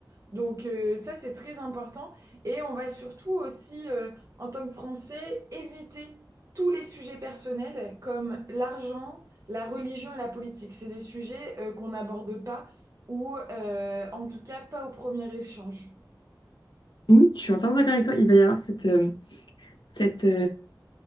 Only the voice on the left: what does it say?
Oui, je suis entièrement d'accord avec toi. Il va y avoir cette, euh, cette